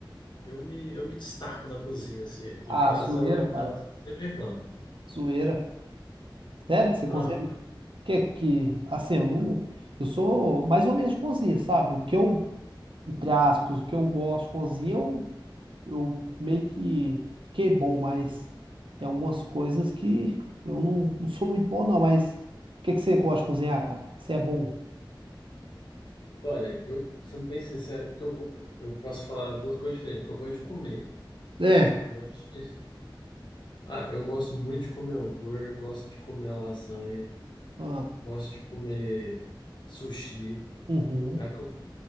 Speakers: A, on the left; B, on the right.
A: eu me eu me destaco na cozinha assim, aqui
B: ah,
A: em casa
B: zoeira,
A: ela
B: cara.
A: ela sempre reclama.
B: Zoeira. Sério que você
A: Aham.
B: cozinha? Que que... Assim, eu não... Eu sou mais ou menos de cozinha, sabe? O que eu, entre aspas, o que eu gosto de cozinha, eu eu meio que fiquei bom, mas tem algumas coisas que eu não, não sou muito bom, não. Mas o que que você gosta de cozinhar, cara? O que que você é bom?
A: Olha, eu sendo bem sincero, que eu go- eu posso falar duas coisas diferentes, porque eu gosto de comer.
B: É,
A: Eu gosto de Ah, eu gosto muito de comer hambúrguer, gosto de comer lasanha.
B: Ah,
A: Gosto de comer sushi.
B: uhum.
A: É que eu,